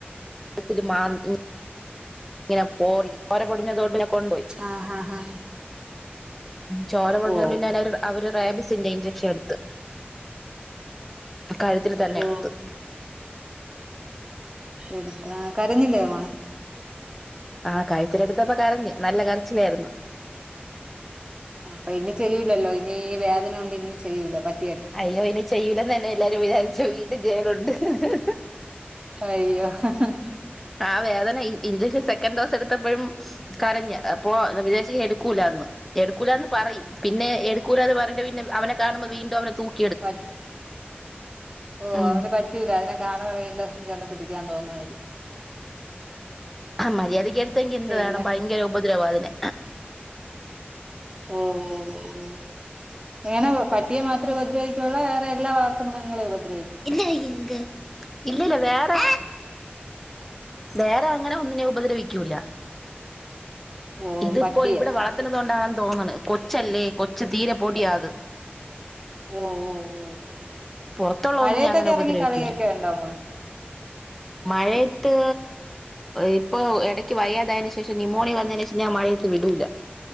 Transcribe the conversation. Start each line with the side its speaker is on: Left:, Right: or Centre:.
Centre: കഴുത്തിൽ മാന്തി. ഇങ്ങനെ പോറി ചോര പൊടിഞ്ഞതോണ്ട് ഞാൻ കൊണ്ടുപോയി.
Right: ആഹാ ഹാ
Centre: ചോര പെടിഞ്ഞതോണ്ട്
Right: ഓ
Centre: പിന്നെ ഞൻ അവര് റാബിസിന്റെ ഇഞ്ചക്ഷൻ ഇടുത്ത്. കഴുത്തിൽ തന്നെ
Right: ഓ
Centre: എടുത്തു.
Right: എടുത്താ കരഞ്ഞില്ലേ മോൻ.
Centre: ആ കൈത്തിലെടുത്തപ്പോൾ കരഞ്ഞു നല്ല കരച്ചിലായിരുന്നു.
Right: ആഹ് അപ്പ ഇനി ചെയ്യൂലല്ലോ ഇനി വേദന കൊണ്ട് ഇനി ചെയ്യൂല പ-
Centre: അയ്യോ ഇനി ചെയ്യൂലന്ന് തന്നെ എല്ലാരും വിചാരിച്ചു വീണ്ടും ചെയ്യലുണ്ട് ഹ് ഹ് ഹ്
Right: അയ്യോ ഹ് ഹ്
Centre: ആ വേദന ഇഞ്ചക്ഷൻ സെക്കൻഡ് ഡോസ് എടുത്തപ്പഴും കരഞ്ഞു അപ്പോ ഞ വിചാരിച് എടുക്കൂലന്ന് എടുക്കൂലാന്ന് പറയിം പിന്നെ എടുക്കുലാന്ന് പറഞ്ഞിട്ട് പിന്നെ അവനെ കാണുമ്പോ വീണ്ടും അവനെ തൂക്കി
Right: പറ്റും ഓ
Centre: ഉം
Right: അവന് പ പറ്റൂല അതിനെ കാണുമ്പോ വീണ്ടും ചെന്ന് പിടിക്കാൻ തോന്നുവായിരിക്കും
Centre: ആഹ് മര്യാദക്ക് എടുത്തെങ്കിൽ എന്ത്
Right: പിന്നെ
Centre: വേണം ഭയങ്കര ഉപദ്രവാ അതിനെ
Right: ഓ ഓഹ് ങ്ങനെ പ - പട്ടിയെ മാത്രേ ഉപദ്രവിക്കുള്ളെ വേറെ എല്ലാ വളർത്തു മൃഗങ്ങങ്ങളെ ഉപദ്ര -
Centre: എന്തെടി ൻക് ഇല്ലല്ല വേറെ വേറെ അങ്ങനെ ഒന്നിനെ ഉപദ്രവിക്കൂല്ല
Right: ഓ
Centre: ഇതിപ്പോ
Right: പട്ടിയെ
Centre: ഇവിടെ വളർത്തണതോ ണ്ടാണെന്ന് തോന്നണ് കൊച്ചല്ലേ കൊച്ച് തീരെ പൊടിയാത്
Right: ഓ ഓ ഓ ഓ
Centre: പുറത്തുള്ള
Right: മഴയത്തൊക്കെ
Centre: ഒന്നിനെ അങ്ങനെ
Right: ഇറങ്ങി
Centre: ഉപദ്രവിക്കൂല
Right: കളിയൊക്കെ ഉണ്ടോ മോൻ
Centre: മഴയത്ത് ഇപ്പോ ഇടക്ക് വയ്യാതായതിനു ശേഷം നുമോണിയ വന്നയിനു ശേഷം ഞാൻ മഴയത്ത് വിടൂല